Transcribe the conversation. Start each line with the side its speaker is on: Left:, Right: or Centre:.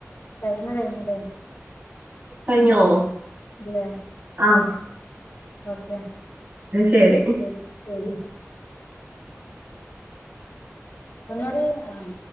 Left: ടൈമ് കഴിഞ്ഞു ലേ
Right: കഴിഞ്ഞോ?
Left: ഇല്ലേ
Right: ആഹ്
Left: ഓക്കെ
Right: ശരി
Left: ശരി ശരി ഒന്നോടി ആഹ്